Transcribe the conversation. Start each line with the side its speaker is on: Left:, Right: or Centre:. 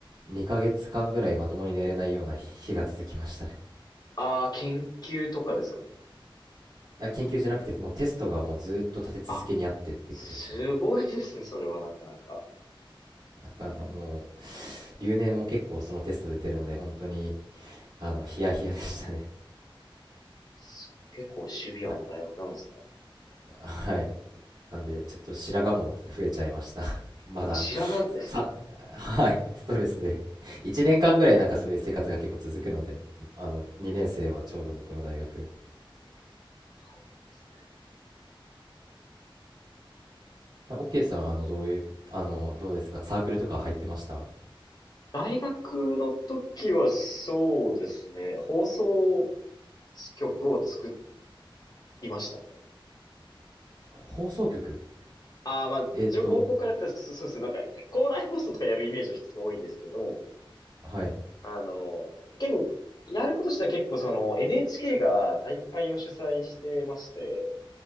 Right: 2ヶ月間ぐらいまともに寝れないような日が続きましたね。
Left: ああ、研究とかですかね。
Right: いや、研究じゃなくて、もうテストがもうずーっと立て続けにあってっていうことですね。
Left: あ、すごいですね。それはなかなか。
Right: なんか、もう、留年も結構そのテスト出てるので、本当に、あの、ヒヤヒヤでしたね。
Left: す結構シビアな大学なんですね。
Right: なんかはい。なんで、ちょっと白髪も増えちゃいました。<laughs> まだ、
Left: 白髪ですか
Right: さ、はい、ストレスで。<laughs> 1年間ぐらいなんかそういう生活が結構続くので、あの、2年生はちょうど僕の大学。
Left: ええ大変ですね。
Right: オッケーさん、あの、どういう、あの、どうですかサークルとか入ってました
Left: 大学の時はそうですね、放送曲を作りましたね。
Right: ほ放送局
Left: ああ、まあ、
Right: えっと、
Left: 自分高校からやったんですけど、そそうですね、なんか、校内放送とかやるイメージの人が多いんですけど、
Right: はい、
Left: あの、結構、やることとしては結構その NHK が大会を主催してまして、